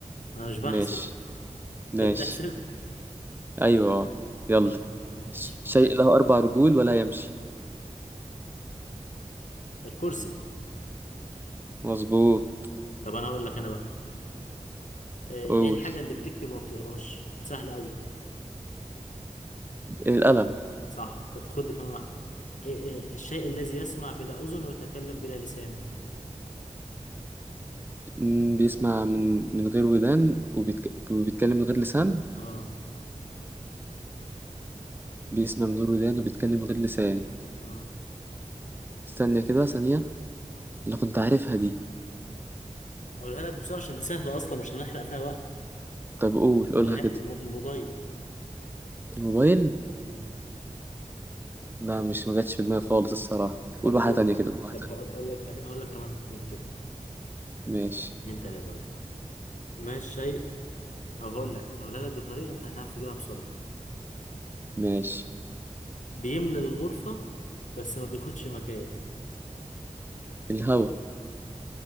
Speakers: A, on the left (about 65°); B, on the right (about 15°).
A: انا مش بحسب
B: ماشي
A: انت
B: ماشي
A: بتحسب
B: أيوة آه. يلا
A: طيب ماشي
B: ش- شيء له أربع رجول ولا يمشي
A: الكرسي
B: مظبوط
A: طب انا هقول لك انا بقى آه،
B: أول
A: ايه الحاجة اللي بتكتب وما بتقراش سهلة قوي
B: القلم
A: صح طب خد كمان واحدة إيه إيه الشيء الذي يسمع بلا اذن ويتكلم بلا لسان
B: م، بيسمع من من غير ودان وبيتك... وبيتكلم من غير لسان
A: اه
B: بيسمع من غير ودان وبيتكلم من غير لسان
A: اه
B: استنى كده ثانية أنا كنت عارفها دي
A: اقولها لك بسرعة عشان دي سهلة اصلا مش هنحرق فيها وقت
B: طب قول قولها
A: الها
B: كده
A: الم... الموبايل
B: الموبايل
A: مم.
B: لا مش ما جاتش في دماغي خالص الصراحة
A: طب
B: قول واحدة
A: دي
B: تانية كده قول واحدة
A: طب
B: تانية
A: هقول اقول لك اقول لك كمان اتنين كده
B: ماشي
A: اتنين تلاتة ولا حاجة ما الشيء أو هقول لك هقولها لك بطريقة أنت هتعرف تجيبها بسرعة
B: ماشي
A: بيملى الغرفة بس ما بياخدش مكان
B: الهوا